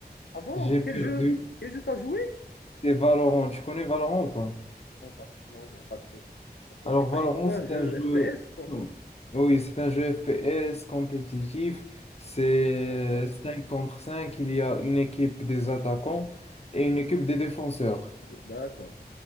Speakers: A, on the left (about 90°); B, on the left (about 40°).
A: ah bon,
B: J'ai perdu.
A: quel jeu? Quel jeu t'as joué?
B: C'est Valorant. Tu connais Valorant ou pas?
A: Non, pas, non, non, pas trop. Pas trop,
B: Alors
A: il s'agit
B: Valorant,
A: de quoi,
B: c'est
A: un jeu
B: un jeu.
A: FPS ou quoi?
B: Oui, c'est un jeu FPS compétitif. C'est
A: D'accord,
B: 5 contre cinq Il y a une équipe des attaquants et une équipe des défenseurs.
A: d'accord,